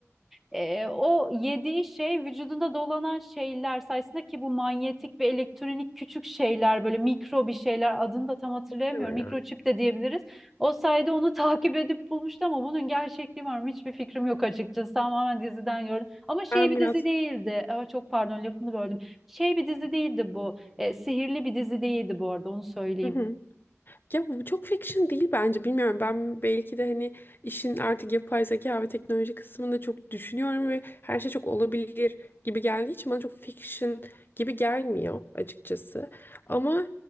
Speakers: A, in the centre; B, on the left (about 45°).
A: ee, o yediği şey vücudunda dolanan şeyler sayesinde ki bu manyetik ve elektronik küçük şeyler böyle mikro bir şeyler adını da tam hatırlayamıyorum.
B: Muhtemelen.
A: Mikroçip de diyebiliriz. O sayede onu <laughs> takip edip bulmuştu ama bunun gerçekliği var mı? Hiçbir fikrim yok açıkçası. Tamamen diziden gördüm. Ama şey
B: Ben
A: bir
B: biraz
A: dizi değildi. Aa, çok pardon lafını böldüm. Şey bir dizi değildi bu. Ee, sihirli bir dizi değildi bu arada onu söyleyeyim.
B: Hı hı. Ya bu çok fiction değil bence bilmiyorum. Ben belki de hani işin artık yapay zeka ve teknoloji kısmında çok düşünüyorum ve her şey çok olabilir gibi geldiği için bana çok fiction gibi gelmiyor açıkçası. Ama